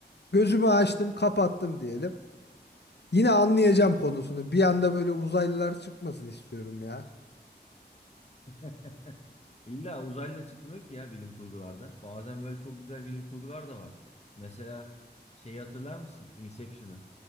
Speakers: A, on the left; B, on the left.
A: gözümü açtım, kapattım diyelim. Yine anlayacağım konusunu. Bir anda böyle uzaylılar çıkmasın istiyorum ya.
B: <laughs> İlla uzaylı da çıkmıyor ki ya bilim kurgularda. Bazen böyle çok güzel bilim kurgular da var. Mesela şeyi hatırlar mısın? Inception'ı.